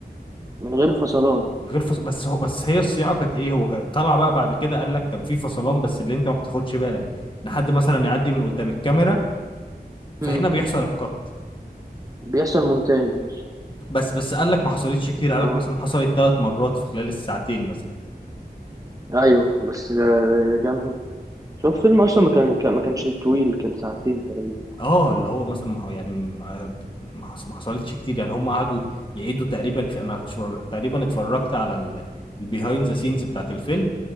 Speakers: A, on the right; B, on the left.
A: من غير فصلان
B: من غير فص... بس هو بس هي الصياعه كانت ايه هو كان طلع بقى بعد كده قال لك كان في فصلان بس اللي انت ما بتاخدش بالك لحد مثلا يعدي من قدام الكاميرا فهنا
A: مم.
B: بيحصل القط
A: بيحصل مونتاج بس
B: بس بس قال لك ما حصلتش كتير قال
A: اه
B: لك مثلا حصلت ثلاث مرات في خلال الساعتين مثلا
A: ايوه بس ده ده جامد شوف
B: يعني
A: فيلم اصلا ما كان كان- ما كانش طويل كان ساعتين تقريبا
B: اه اللي هو مثلا ما ح- يعني ما ما حص- ما حصلتش كتير يعني هم قعدوا يعيدوا تقريبا في انا اتفر- تقريبا اتفرجت على البيهايند ذا سينز بتاعت الفيلم